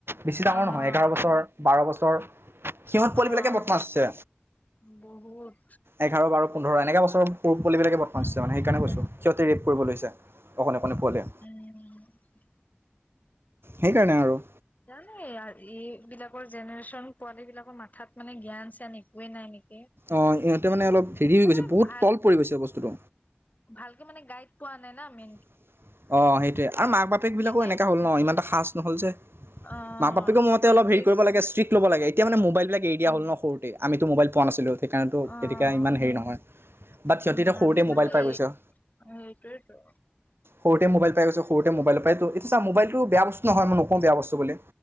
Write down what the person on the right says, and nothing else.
বেছি
ডাঙৰ নহয় এঘাৰ বছৰ বাৰ বছৰ, সিহঁত
পোৱালি বিলাকে
বদমাছ আছে।
এঘাৰ বাৰ পোন্ধৰ এনেকা বোৰ চব পো পোৱালি বিলাকে বদমাচ
হৈছে মানে সেইকাৰণে কৈছোঁ। সিহঁতে কৰিব লৈছে অকণি অকণি পোৱালিয়ে।
সেইকাৰণে আৰু
অ' ইহঁতে মানে অলপ। হেৰি হৈ
গৈছে বহুত
তল পৰি গৈছে বস্তুটো
অ' সেইটোৱে আৰু মাক বাপেক বিলাকো
এনেককা হল ন ইমানটা সাজ নহ'ল যে
মাক বাপেকো মতে
অলপ হেৰি
কৰিব লাগে ষ্ট্ৰিক্ ল'ব লাগে। এতিয়া মানে মোবাইল। এই বিলাক
হল ন সৰুতে আমি টো মোবাইল কোৱা নাছিলো। সেইকাৰণটো
তেতিয়া ইমান হেৰি নহয়। বাট সিহঁতি
সৰুতে
মোবাইল পাই
গৈছে অ'।
সৰুতে মবাইল পাই গছে সৰুতে মবাইল পাইটো এইতো চা মোবাইল এইটো বেয়া বস্তু নহয় মই নকওঁ বেয়া বস্তু বুলি